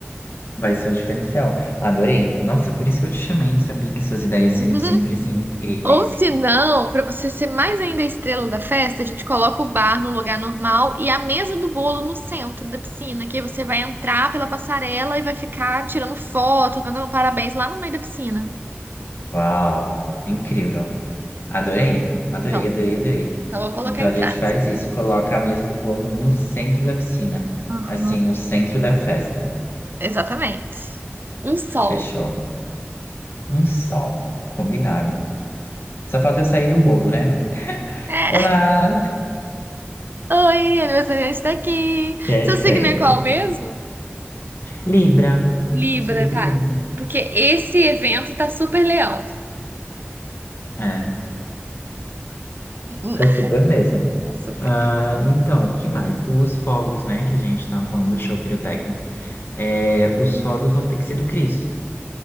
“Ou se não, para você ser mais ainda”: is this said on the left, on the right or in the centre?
Right